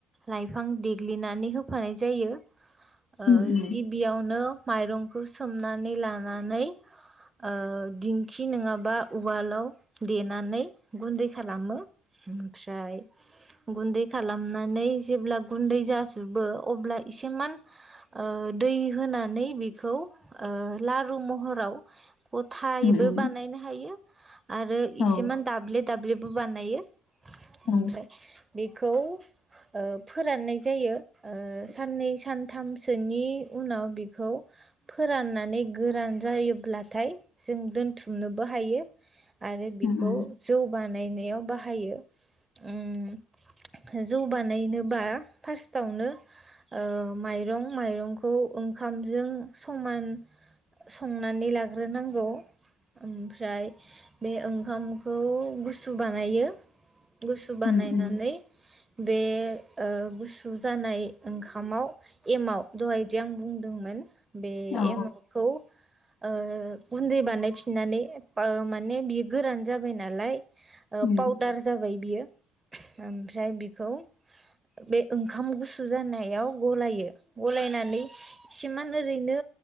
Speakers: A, on the right; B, on the left.
A: लाइफां देग्लिनानै होफानाय जायो। ओ
B: उम उम
A: गिबियावनो माइरंखौ सोमनानै लानानै ओ दिंखि नङाबा उवालाव देनानै गुन्दै खालामो ओमफ्राय गुन्दै खालामनानै जेब्ला गुन्दै जाजोबो अब्ला एसेमान ओ दै होनानै बेखौ ओ लारु महराव गथायैबो
B: उम उम
A: बानायनो हायो। आरो
B: औ
A: इसेमान दाब्ले दाब्लेबो बानायो।
B: औ
A: ओमफ्राय बेखौ ओ फोराननाय जायो ओ साननै सानथामसोनि उनाव बेखौ फोराननानै गोरान जायोब्लाथाय जों दोनथुमनोबो हायो। आरो बिखौ
B: उम उम
A: जौ बानाय नायाव बाहायो उम जौ बानायनोबा फार्स्टआवनो ओ माइरं माइरंखौ ओंखामजों समान संनानै लाग्रोनांगौ ओमफ्राय बे ओंखामखौ गुसु बानायो। गुसु बानायनानै
B: उम उम
A: बे ओ गुसु जानाय ओंखामाव एमाव दहायदि आं बुंदोंमोन बे
B: औ
A: एमावखौ ओ गुन्दै बानायफिननानै बा माने बियो गोरान जाबाय नालाय ओ
B: उम
A: पाउदार जाबाय बियो। ओमफ्राय बेखौ बे ओंखाम गुसु जानायाव गलायो गलायनानै एसे मान ओरैनो